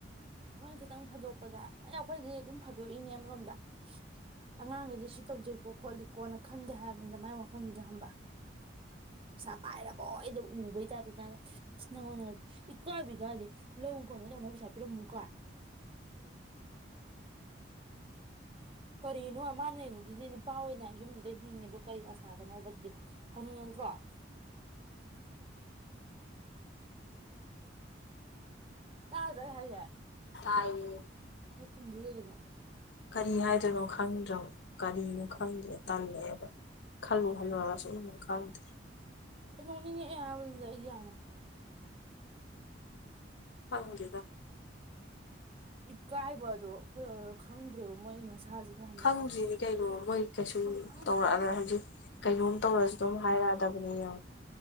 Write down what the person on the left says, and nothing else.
ꯇꯥꯏꯌꯦ
ꯀꯔꯤ ꯍꯥꯏꯗꯣꯏꯅꯣ ꯈꯪꯗꯔꯕꯥ ꯀꯔꯤꯅꯣ ꯈꯪꯗ꯭ꯔꯦ ꯇꯜꯂꯛꯑꯦꯕ ꯈꯜꯂꯨ ꯈꯜꯂꯨꯔꯒ ꯁꯨꯝ ꯈꯪꯗꯦ
ꯐꯝꯒꯦ
ꯈꯪꯗꯔ꯭ꯤꯅꯤ ꯀꯩꯅꯣ ꯃꯣꯏ ꯀꯩꯁꯨꯝ
ꯇꯧꯔꯛꯑꯔ ꯍꯧꯖꯤꯛ ꯀꯩꯅꯣꯝ ꯇꯧꯔꯁꯨ ꯑꯗꯨꯝ ꯍꯥꯏꯔꯛꯑꯗꯕꯅꯦ ꯌꯦꯉ